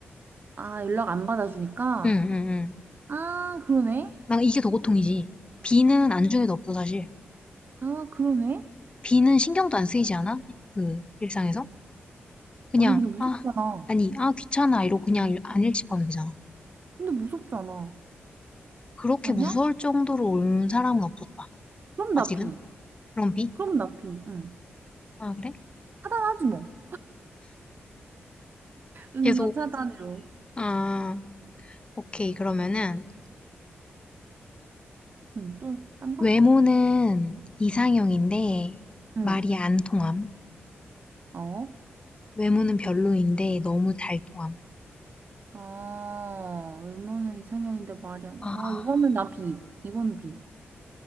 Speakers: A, on the right; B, on the left.
A: 아, 연락 안 받아주니까?
B: 응, 응, 응.
A: 아, 그러네?
B: 나 이게 더 고통이지. B는 안중에도 없어 사실.
A: 아, 그러네?
B: B는 신경도 안 쓰이지 않아? 그 일상에서? 그냥
A: 아니, 근데 무섭잖아.
B: 아 아니 아 귀찮아 이러고 그냥 일- 안 일집하면 되잖아.
A: 근데 무섭잖아.
B: 그렇게
A: 아니야?
B: 무서울 정도로 온 사람은 없었다.
A: 그럼 나
B: 아, 지금?
A: B.
B: 그럼 B?
A: 그럼 나 B. 응.
B: 아, 그래?
A: 차단하지 뭐. 응,
B: 계속.
A: 너 차단으로.
B: 아, 오케이. 그러면은,
A: 응, 또, 딴 거?
B: 외모는 이상형인데,
A: 응.
B: 말이 안 통함.
A: 어?
B: 외모는 별로인데, 너무 잘 통함.
A: 아, 외모는 이상형인데 말이 안 나.
B: 아,
A: 아, 이거는 나 B. 이건 B.